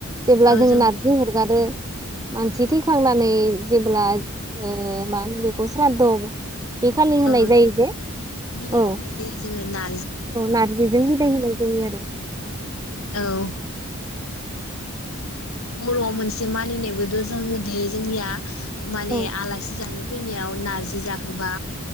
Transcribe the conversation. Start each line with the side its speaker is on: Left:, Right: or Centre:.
Right: जेब्ला
Left: औ
Right: जोङो
Left: जों
Right: नारजि
Left: बेखौ
Right: अरगारो मानसि थैखांना नै जेब्ला ओ मा होनो बेखौ स्राद्ध बे खालि होनाय
Left: औ जों
Right: जायो जे
Left: बिदाय
Right: औ
Left: होनाय जायो जोङो ना
Right: औ नारजिजों बिदाय होनाय जायो आरो
Left: औ। बर'आव मोनसे मानिनायबो दो जोङो दे जोंनिया माने
Right: औ
Left: आलासि जानो फैनायाव नारजि जाहोबा